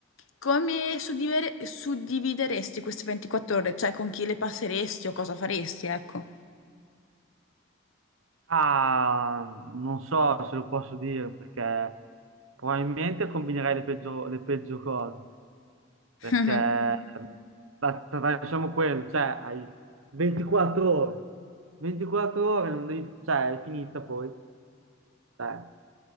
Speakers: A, on the left; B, on the right.
A: Come suddiver- suddivideresti queste 24 ore? Cioè con chi le passeresti o cosa faresti, ecco.
B: Ah, non so se lo posso dire perché probabilmente combinerei le peggio- le peggio cose. perché
A: <laughs>
B: facciamo quello, cioè hai 24 ore, 24 ore non devi, cioè è finita poi, cioè,